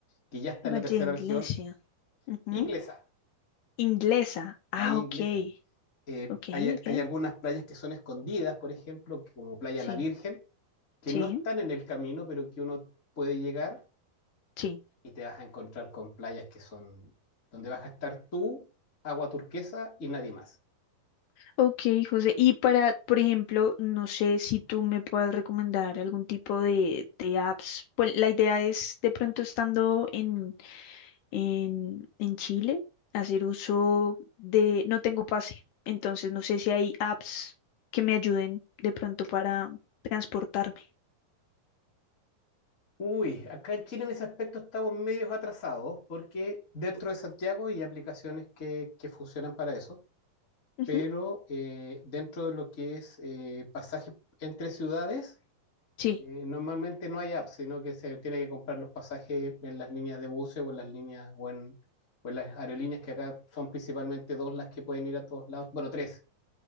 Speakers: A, on the left; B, on the left.
A: que ya está en
B: Valle
A: la tercera
B: Iglesia.
A: región
B: ujú,
A: inglesa
B: Inglesa.
A: bahía
B: Ah,
A: inglesa.
B: ok,
A: Eh,
B: ok,
A: hay,
B: ok.
A: hay algunas playas que son escondidas, por ejemplo, que- como Playa
B: Sí,
A: La Virgen, que
B: sí,
A: no están en el camino, pero que uno puede llegar
B: sí.
A: y te vas a encontrar con playas que son donde vas a estar tú, agua turquesa y nadie más.
B: Ok, José. Y para, por ejemplo, no sé si tú me puedas recomendar algún tipo de, de apps. Pues la idea es de pronto estando en en, en Chile hacer uso de, no tengo pase, entonces no sé si hay apps que me ayuden de pronto para transportarme.
A: Uy, acá en Chile en ese aspecto estamos medios atrasados porque dentro de Santiago hay aplicaciones que, que funcionan para eso,
B: Ujú,
A: pero eh, dentro de lo que es eh, pasaje entre ciudades,
B: Sí.
A: Eh, normalmente no hay apps, sino que se tiene que comprar los pasajes en las líneas de buses o en las líneas o en, o en las aerolíneas que acá son principalmente dos las que pueden ir a todos lados. Bueno, tres.